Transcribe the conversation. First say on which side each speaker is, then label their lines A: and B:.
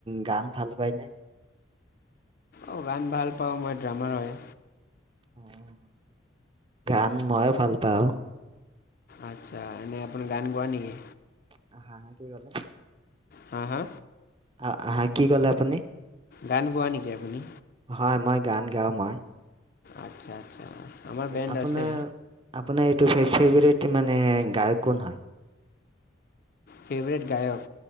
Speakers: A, on the right (about 25°); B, on the left (about 50°).
A: গান ভাল পায়নে?
B: অ' গান ভাল পাওঁ, মই ড্ৰামাৰ হয়।
A: অ', গান মইও ভাল পাওঁ।
B: আচ্ছা, এনেই আপুনি গান গোৱা নেকি?
A: হা, হা, হা কি ক'লে?
B: হা, হা
A: আ, আহা, কি ক'লে আপুনি?
B: গান গোৱা নেকি আপুনি?
A: হয়, মই গান গাওঁ মই।
B: আচ্ছা, আচ্ছা আমাৰ বেণ্ড
A: আপোনাৰ
B: আছে।
A: আপোনাৰ এইটো ফে-ফেভৰেট মানে গায়ক কোন হয়?
B: ফেভৰেট গায়ক